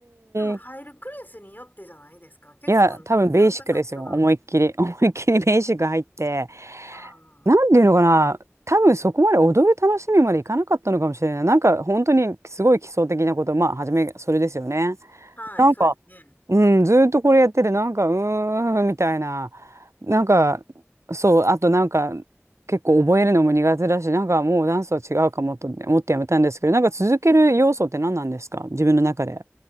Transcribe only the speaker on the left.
でも入るクラスによってじゃないですか。
結構ね、
レベルの高い人が。
あ
あ、
はい、そうですね。